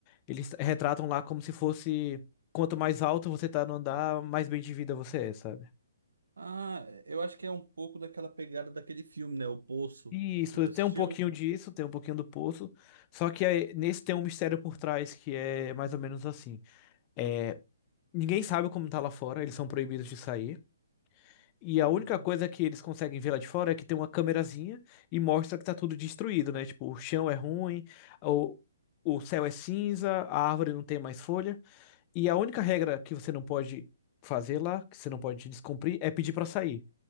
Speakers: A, on the left (about 30°); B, on the right (about 80°).
A: eles retratam lá como se fosse quanto mais alto você tá no andar, mais bem de vida você é, sabe?
B: Ah, eu acho que é um pouco daquela pegada daquele filme, né? O Poço.
A: E isso
B: Tu já
A: tem
B: assistiu?
A: um pouquinho disso, tem um pouquinho do poço, só que aí, nesse tem um mistério por trás que é mais ou menos assim. É, ninguém sabe como tá lá fora, eles são proibidos de sair. E a
B: Uhum,
A: única coisa que eles conseguem ver lá de fora é que tem uma câmerazinha e mostra que tá tudo destruído, né? Tipo, o chão é ruim, o, o céu é cinza, a árvore não tem mais folha. E a única regra que você não pode fazer lá, que você não pode descumprir, é pedir pra sair.